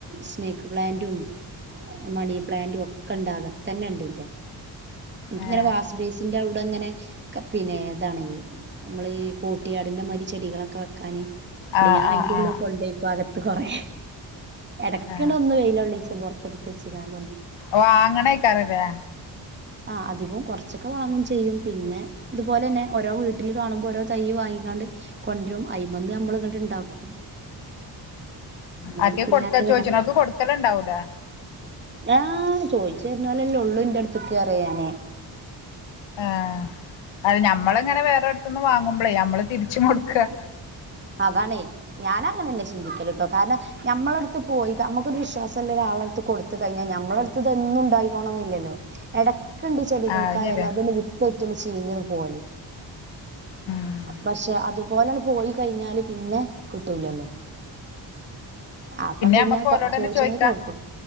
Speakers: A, on the right; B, on the left.
A: സ്നേക് പ്ലാന്റും മണി പ്ലാന്റും ഒക്കെ ഇണ്ട് അകത്തന്നെ ഇണ്ട്ന്റെ എനക്കിങ്ങനെ
B: ഏ,
A: വാസ് ബേസിന്റെ അവിടെങ്ങനെ പിന്നെ എതാണ് നമ്മള് ഈ കോട്ടിയാടിന്റെ മാതിരി ചെടികളൊക്കെ വെക്കാന്
B: ആ
A: ഞാ
B: ആ
A: അയിന്റുള്ളിൽ
B: ആ
A: കൊണ്ടുവെക്കും അക കൊറേ എടക്കണ്ട്
B: ആ
A: ഒന്ന് വെയിലൊള്ളിച്ചും പൊറത്ത് ട്ത് വച്ച്കാണ്ട്.
B: ഓ അങ്ങനെയ്കാരലേ.
A: ആ അധികവും കുറച്ചൊക്കെ വാങ്ങും ചെയ്യും പിന്നെ ഇതുപോലെ തന്നെ ഓരോ വീട്ടിൽ കാണുമ്പോൾ ഓരോ തയ് വാങ്ങിക്കാണ്ട് കൊണ്ടരും ഐമന്ന് നമ്മൾ ഇങ്ങട്ട് ഇണ്ടാക്കും. നമ്മളെ
B: ആർക്കേലും
A: അടുത്തില്ലാത്ത
B: കൊടുത്ത ചോദിച്ചണോൽക്ക് കൊടുക്കല് ഉണ്ടാവൂലേ.
A: ആഹ് ചോദിച്ചു വരുന്നോലല്ലേ ഉള്ളൂ ഇന്റെ അടുത്ത്. ക്ക അറിയാനേ
B: ആ അത് ഞമ്മള ഇങ്ങനെ വേറെടുത്തൊന്ന് വാങ്ങുമ്പോളേ നമ്മള് തിരിച്ചും കൊടുക്കുക.
A: അതാണേ ഞാനങ്ങനന്നെ ചെ ചിന്തിക്കല് ട്ടോ കാരണം നമ്മളടുത്ത് പോയി നമ്മുക്കൊരു വിശ്വാസം ള്ള ഒരാളുടെ അടുത്ത് കൊടുത് കഴിഞ്ഞാൽ നമ്മളുടെ അടുത്ത് ഇതൊന്നും ഉണ്ടായികോണന്നില്ലല്ലോ. ണ്ട് ചെടികൾക്കായാലും
B: ആ അത് ശരിയാ
A: അതൊന്ന് വിത് വിറ്റ ചീഞ്ഞണ്ട് പോവല്.
B: ഉം.
A: പക്ഷെ അതുപോലങ്‌ പോയി. കഴിഞ്ഞാല് പിന്നെ കിട്ടൂലല്ലോ. അപ്പൊ പിന്നെ
B: നമ്മക്ക് ഓലോട് തന്നെ
A: ചോദിച്ചനോല്ക്ക്
B: ചോദിക്കാം
A: കൊടുക്കും